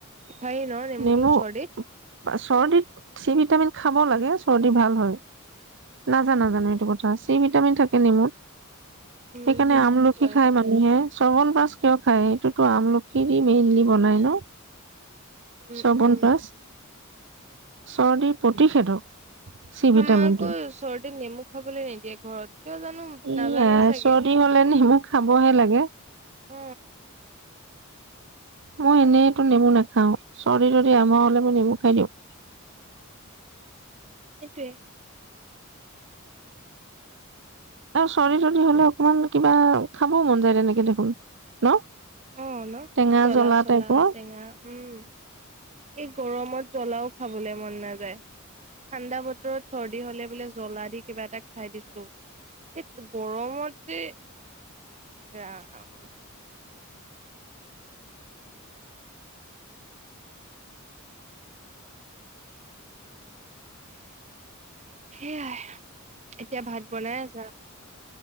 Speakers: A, on the right; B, on the right.
A: পাৰি ন নেমটো
B: নেমু
A: চৰ্দিত?
B: চৰ্দিত চি ভিটামিন খাব লাগে চৰ্দি ভাল হয়। নাজানা জানো এইটো কথা চি ভিটামিন থাকে নেমুৰ।
A: উম
B: সেইকাৰণে
A: সেইটো
B: আমলখি
A: বাৰু
B: খায় মানুহে। শ্ৰ্বণ পাছ কিয় খায় এইটোতো আমলখি মেইনলি বনাই ন।
A: উম
B: শবন
A: উম।
B: প্ছ। চৰ্ণিৰ প্ৰতিষেধক চি ভিটামিনটো
A: আমাক আকৌ চৰ্দিত নেমু খাবলৈ নিদিয়ে ঘৰত কিয় জানো
B: ই
A: নাজানে চাগে।
B: চৰ্দি হলে নেমু খাবহে লাগে।
A: অ
B: মই এনেইতো নেমু নাখাও চৰ্দি তদি আমাৰ হলে মই নেমু খাই দিওঁ। উ
A: সেইটোৱে।
B: আৰু চৰ্দি তদি হলে অকমান কিবা খাবও মন যায় তেনেকে দেখোন ন।
A: অঁ ন
B: টেঙা
A: জলা
B: জ্বলা
A: চলা
B: টাইপৰ
A: টেঙা উম এই গৰমত জ্বলাও খাবলৈ মন নাযায় ঠাণ্ডা বতৰত চৰ্দি হলে বোলে জ্বলা দি কিবা এটা খাই দিছো এই গৰমত যে ৰাম সেয়াই এতিয়া ভাত বনাই আছা